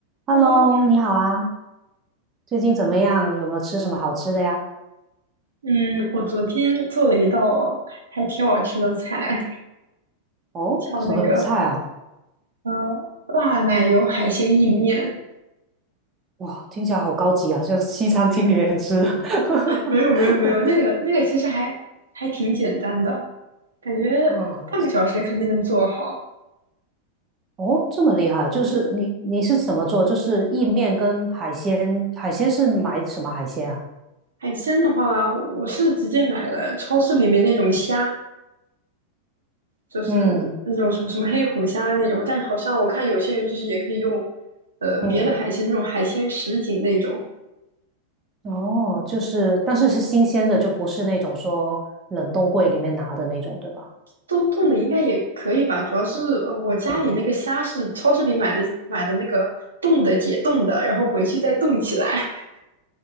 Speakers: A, on the right; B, on the right.
A: Hello，
B: Hello，你
A: 你好啊，最近怎么样？有没有吃什么好吃的呀？
B: 嗯，我昨天做了一道还挺好吃的菜，
A: 哦，
B: 叫那个
A: 什么菜啊？
B: 呃辣奶油海鲜意面。
A: 哇，听起来好高级啊，像西餐厅里面吃的。<laughs>
B: 没有没有没有，那个那个其实还还挺简单的，感觉半个小时肯定能做好。
A: 嗯，哦，这么厉害，就是你你是怎么做？就是意面跟海鲜，海鲜是买什么海鲜啊？
B: 海鲜的话，我是直接买了超市里面那种虾，就是那种什么什么黑虎虾那种，
A: 嗯
B: 但好像我看有些人就是也可以用呃别的海鲜那种海鲜什锦那种。
A: 嗯，哦，就是但是是新鲜的，就不是那种说冷冻柜里面拿的那种，对吧？
B: 冻冻的应该也可以吧，主要是呃我家里那个虾是超市里买的买的那个冻的解冻的，
A: 嗯，
B: 然后回去再冻起来。<laughs>